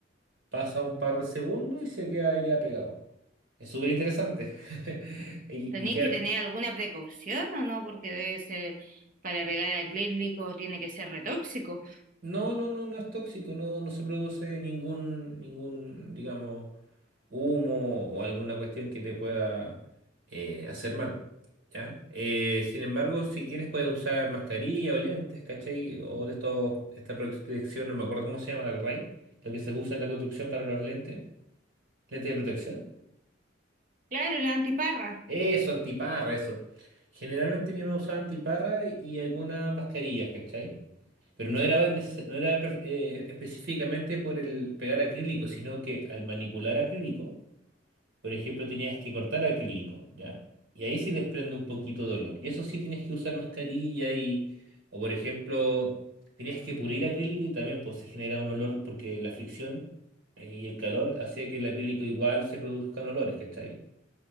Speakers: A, on the right; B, on the right.
A: pasa un par de segundos y se queda ya pegado. Es súper interesante. <laughs> Y,
B: Tenéis
A: y queda
B: que tener alguna precaución o no, porque debe ser, para pegar acrílico tiene que ser retóxico.
A: No, no, no, no es tóxico, no, no se produce ningún, ningún, digamos, humo o alguna cuestión que te pueda eh, hacer mal, ¿ya? Eh, sin embargo, si quieres puedes usar mascarilla o lentes, ¿cachai? O de estos, esta protección, no me acuerdo cómo se llama, ¿te acordáis? Lo que se usa en la construcción para los lentes, lentes de protección.
B: Claro, la antiparra.
A: Eso, antiparra, eso. Generalmente mi mamá usaba antiparra y algunas mascarillas, ¿cachai? Pero no era, neces- no era per- eh, específicamente por el pegar acrílico, sino que al manipular acrílico, por ejemplo, tenías que cortar acrílico, ¿ya? Y ahí sí desprende un poquito de dolor. Y eso sí tienes que usar mascarilla y, o por ejemplo, tenías que pulir acrílico y también pues, se genera un olor porque la fricción y el calor hacía que el acrílico igual se produzcan olores, ¿cachai?